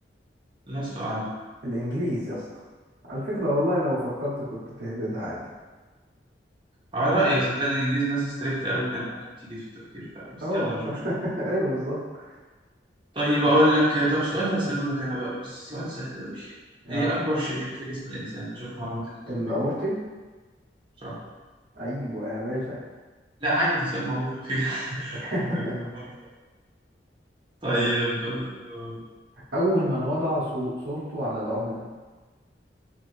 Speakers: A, on the right; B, on the right.
A: لست أعلم
B: الإنجليز يا اسطى على فكرة والله لو فكرت كنت تهبدها عادي
A: على رأيك صدقني الإنجليز ناس ستريكت أوي كان ممكن تيجي في التفكير فعلا بس
B: اه
A: يلا مش
B: <laughs>
A: مشكلة
B: ايوه بالظبط
A: طيب
B: طب
A: أقول لك طب السؤال ده هسأله لك أنا بقى بس سؤال سهل أوي
B: اه
A: إيه أكبر شريان في جسم الإنسان أشوف معلوماتك الطبية
B: الأورطي
A: صح
B: ايوه يا باشا
A: لا عادي ده سؤال معروف على فكرة. <laughs>
B: <laughs>
A: يعني لو مرة. طيب
B: طيب
A: آه،
B: أول من وضع صو- صورته على العملة